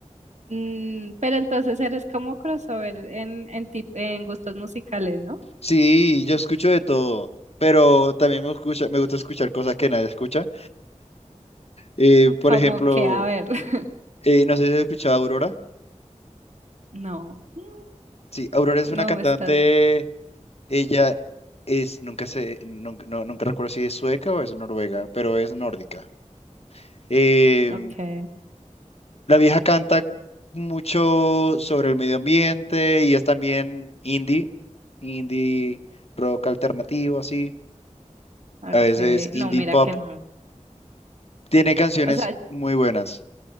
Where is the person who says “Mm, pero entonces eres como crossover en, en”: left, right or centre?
Right